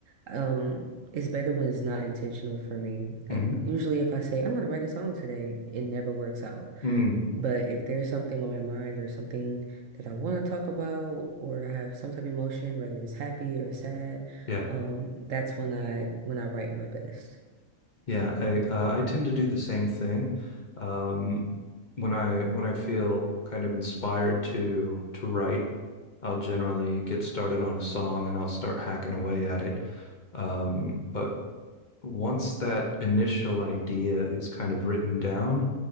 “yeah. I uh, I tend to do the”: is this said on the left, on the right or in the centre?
Left